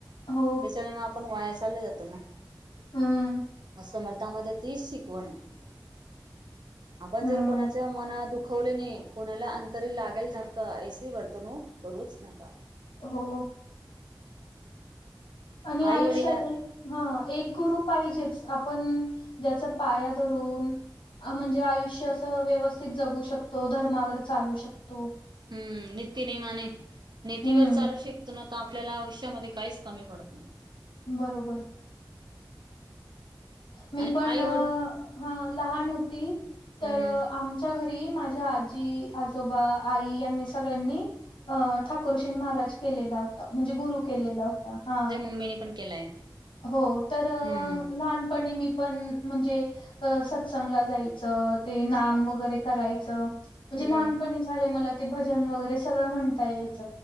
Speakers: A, on the left; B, on the right.
A: हो.
B: त्याच्याने म आपण वाया चालल्या जातो ना
A: हं,
B: म समर्थामध्ये तीच शिकवण ये आपण
A: हं.
B: जर कोणा मना दुखवले नई कोणाला अंतरी लागेल धक्का ऐसी वर्तणूक करूच नका.
A: हो. आणि
B: आई
A: आयुष्यात
B: वडील
A: हा एक गुरु पाहिजेच आपण ज्याचा पाया धरून अ म्हणजे आयुष्य असं व्यवस्थित जगू शकतो. धर्मावर चालू शकतो.
B: हम्म नित्यनेमाणे, नितीवर
A: हं,
B: चालू शिकतो ना तर, आपल्याला आयुष्यामध्ये काहीच कमी पडत नाय.
A: बरोबर मी
B: आणि
A: पण
B: आई
A: अ
B: वड
A: ह लहान होती. तर
B: हम्म
A: आमच्या घरी माझ आजी, आजोबा, आई, यांनी सगळ्यांनी अ ठाकूरशीन महाराज केलेला होता म्हणजे गुरु केलेला होता हा
B: मम्मीनी पण केलाय
A: हो तर
B: हम्म
A: लहानपणी मी पण म्हणजे अ सत्संगला जायचं ते नाम वगैरे करायचं म्हणजे
B: हम्म
A: लहानपणी झालंय मला भजन वगैरे सगळं म्हणता यायच